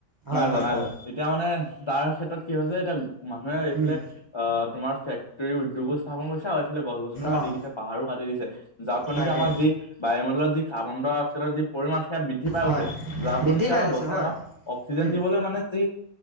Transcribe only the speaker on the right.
হয়
হয়
হয়
উম
অঁ
তাকে
হয়
বৃদ্ধি
পাই
গৈছে
হয়
উম